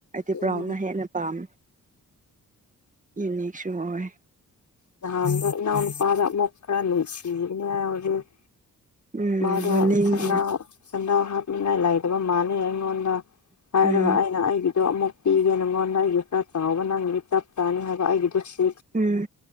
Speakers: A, on the right; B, on the left.
A: ꯇꯤ
B: ꯎꯝ
A: ꯕ꯭ꯔꯥꯎꯟꯅ ꯍꯦꯟꯅ ꯄꯥꯝ ꯌꯨꯅꯤꯛꯁꯨ ꯑꯣꯏ
B: ꯅꯍꯥꯟꯗꯣ ꯏꯅꯥꯎ ꯅꯨꯄꯥꯗ ꯑꯃꯨꯛ ꯈꯔ ꯅꯨꯡꯁꯤꯕꯅꯦ <unintelligible>
A: ꯎꯝ
B: ꯃꯥꯗꯣ
A: ꯃꯅꯤꯡꯅ
B: ꯁꯟꯗꯥꯎ ꯁꯟꯗꯥꯎ ꯍꯥꯞꯅꯤꯡꯉꯥꯏ ꯂꯩꯇꯕ ꯃꯥꯥꯟꯂꯦ ꯑꯩꯉꯣꯟꯗ ꯍꯥꯏꯔꯒ
A: ꯎꯝ
B: ꯑꯩ ꯑꯩꯅ ꯑꯩꯒꯤꯗꯣ ꯑꯃꯨꯛ ꯄꯤꯒꯦ ꯅꯉꯣꯟꯗ ꯑꯩꯒꯤ ꯈꯔ ꯆꯥꯎꯕ ꯅꯪꯒꯤꯗꯤ ꯆꯞ ꯆꯥꯅꯤ ꯍꯥꯏꯕ ꯑꯩꯒꯤꯗꯣ ꯁꯤ
A: ꯎꯝ